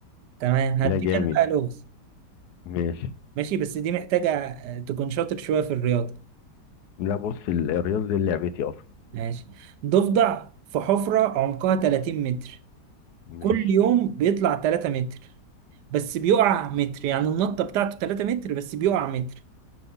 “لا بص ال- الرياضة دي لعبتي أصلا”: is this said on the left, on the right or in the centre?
Left